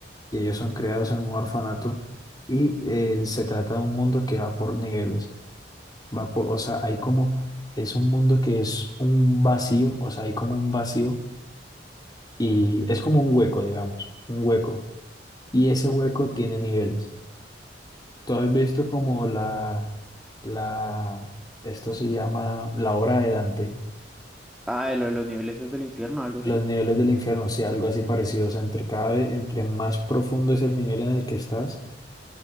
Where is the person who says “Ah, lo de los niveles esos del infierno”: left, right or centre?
Centre